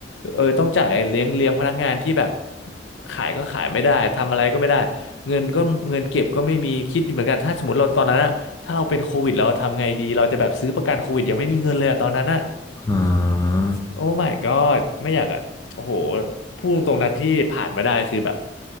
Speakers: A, on the left; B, on the left.
A: เออต้องจ่ายเลี้ยงเลี้ยงพนักงานที่แบบขายก็ขายไม่ได้ทำอะไรก็ไม่ได้เงินก็เงินเก็บก็ไม่มีคิดอยู่เหมือนกันถ้าสมมติเราตอนนั้นอะถ้าเราเป็นโควิดเราทำไงดีเราจะแบบซื้อประกันโควิดยังไม่มีเงินเลยอะตอนนั้นอะ
B: อ่า
A: โอ้ my god ไม่อยากอะโอ้โหพูดตรงๆนะที่ผ่านมาได้คือแบบ